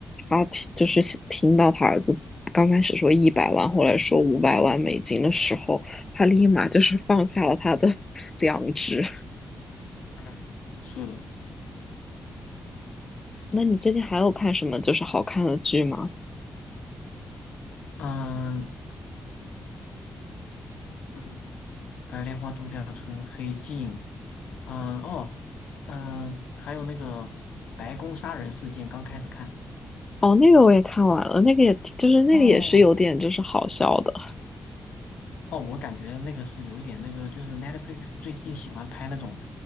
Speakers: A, on the left; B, on the left.
A: 他听就是想听到他儿子刚开始说一百万，后来说五百万美金的时候，他立马就是放下了他的 <laughs> 良知。
B: 嗯，是的。
A: 那你最近还有看什么就是好看的剧吗？
B: 嗯，嗯，白莲花度假村、黑镜，嗯、哦，嗯、还有那个白宫杀人事件，刚开始看。
A: 哦，那个我也看完了，那个也就是那个也是有点就是好笑的，
B: 哦，哦，我感觉那个是有一点那个，就是 Netflix 最近喜欢拍那种，